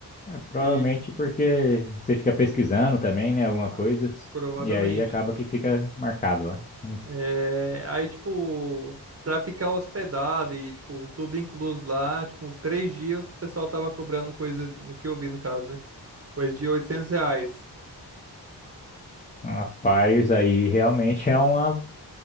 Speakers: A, on the left; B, on the right.
A: É, provavelmente
B: E
A: porque você fica pesquisando também, né? Alguma
B: ah,
A: coisa,
B: provavelmente.
A: e aí acaba que fica marcado lá. Mas,
B: É, aí, tipo, pra ficar hospedado e, tipo, tudo incluso lá, tipo, três dias o pessoal tava cobrando coisa, no que eu vi no caso, né? Coisa de 800 reais.
A: rapaz, aí realmente é uma.